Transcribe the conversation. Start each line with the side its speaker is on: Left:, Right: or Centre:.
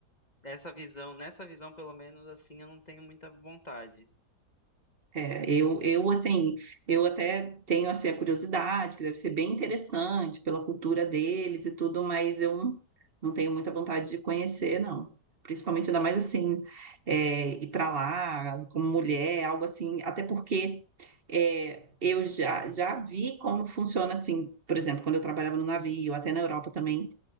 Left: Essa visão, nessa visão, pelo menos, assim, eu não tenho muita vontade.
Right: É, eu, eu, assim, eu até tenho, assim, a curiosidade, que deve ser bem interessante pela cultura deles e tudo, mas eu não não tenho muita vontade de conhecer, não. Principalmente, ainda mais, assim, é, ir para lá como mulher, algo assim, até porque é, eu já, já vi como funciona, assim, por exemplo, quando eu trabalhava no navio, até na Europa também,